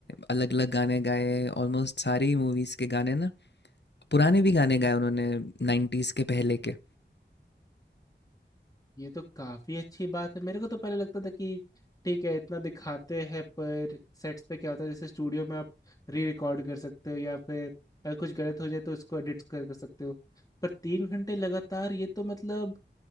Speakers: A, on the left; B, on the left.
A: अलग-अलग गाने गाए, ऑलमोस्ट सारी मूवीज़ के गाने ना पुराने भी गाने गाए उन्होंने 90s के पहले के।
B: ये तो काफी अच्छी बात है मेरे को तो पहले लगता था कि ठीक है इतना दिखाते हैं पर सेट्स पे क्या होता है जैसे स्टूडियो में आप री रिकॉर्ड कर सकते हो या फिर अगर कुछ गलत हो जाए तो उसको एडिट कर, कर सकते हो पर तीन घंटे लगातार ये तो मतलब